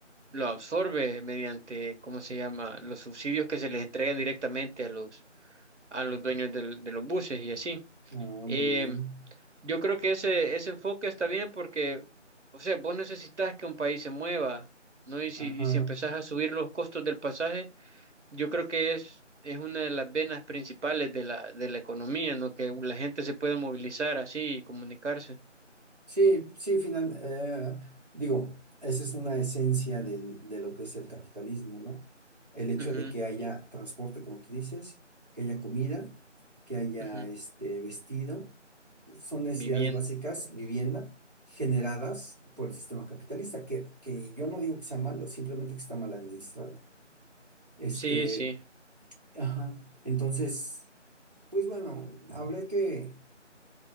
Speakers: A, on the right; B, on the right.
A: Lo absorbe mediante, ¿cómo se llama? Los subsidios que se les entregan directamente a los, a los dueños del- de los buses y así.
B: Ah,
A: Em,
B: muy bien.
A: yo creo que ese, ese enfoque está bien porque, o sea, vos necesitas que un país se mueva, ¿no? Y si,
B: Ajá.
A: y si empezás a subir los costos del pasaje, yo creo que es, es una de las venas principales de la, de la economía, ¿no? Que la gente se pueda movilizar así y comunicarse.
B: Sí, sí, final, eh, digo, esa es una esencia del- de lo que es el capitalismo, ¿no? El hecho
A: Ujú,
B: de que haya transporte, como tú dices, que haya comida, que haya
A: ujú.
B: este vestido, son necesidades
A: Vivienda.
B: básicas, vivienda, generadas por el sistema capitalista, que, que yo no digo que sea malo, simplemente que está mal administrado. Este,
A: Sí, sí.
B: ajá, entonces, pues bueno, habrá que